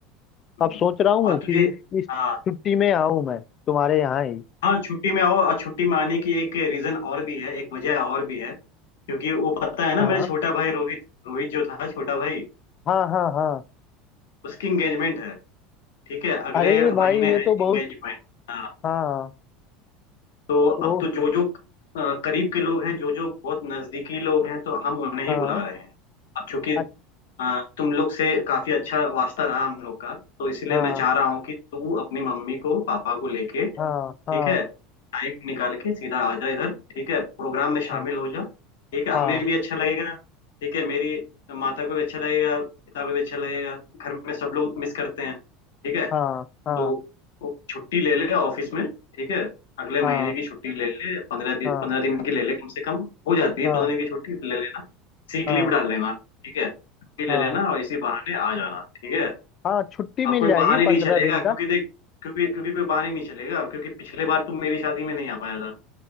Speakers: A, on the left; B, on the left.
A: हम्म।
B: अब सोच रहा हूँ
A: और तुझे
B: कि इस इस
A: हाँ
B: छुट्टी में आऊँ मैं तुम्हारे यहाँ ही
A: हाँ छुट्टी में आओ और छुट्टी में आने की एक रीजन और भी है एक वजह और भी है क्योंकि वो पता है ना
B: हाँ
A: मेरा छोटा भाई रोहित रोहित जो था छोटा भाई
B: हाँ हाँ हाँ
A: उसकी एंगेजमेंट है ठीक है अगले
B: अरे भाई
A: महीने
B: ये
A: है
B: तो बहुत
A: एंगेजमेंट हाँ
B: हाँ
A: तो
B: तो
A: अब तो जो जो अ, करीब के लोग हैं जो जो बहुत नजदीकी लोग हैं तो हम उन्हें ही
B: हाँ
A: बुला रहे हैं अब चूंकि
B: अच्छा
A: अ, तुम लोग से काफी अच्छा वास्ता रहा हम लोग का तो इसलिए
B: हाँ
A: मैं चाह रहा हूँ कि तू अपनी मम्मी को पापा को लेके
B: हाँ
A: ठीक
B: हाँ
A: है टाइम निकाल के सीधा आ जा इधर ठीक है प्रोग्राम में शामिल
B: हाँ
A: हो जा ठीक है
B: हाँ
A: हमें भी अच्छा लगेगा ठीक है मेरी माता को भी अच्छा लगेगा पिता को भी अच्छा लगेगा घर में सब लोग मिस करते हैं ठीक है
B: हाँ हाँ
A: तो वो छुट्टी ले ले ऑफिस में ठीक है अगले
B: हाँ
A: महीने
B: हाँ
A: की छुट्टी ले ले पंद्रह दिन
B: हाँ हाँ
A: पंद्रह दिन की ले ले कम से कम हो जाती है
B: हाँ
A: पंद्रह दिन की छुट्टी ले लेना सीक
B: हाँ
A: लीव डाल देना ठीक है छुट्टी ले
B: हाँ,
A: लेना और इसी बहाने आ जाना ठीक है
B: हाँ, छुट्टी मिल
A: अब कोई
B: जाएगी
A: बहाने नहीं
B: पंद्रह
A: चलेगा
B: दिन
A: क्योंकि
B: का
A: देख क्योंकि क्योंकि कोई बहाने नहीं चलेगा क्योंकि पिछले बार तुम मेरी शादी में नहीं आ पाया था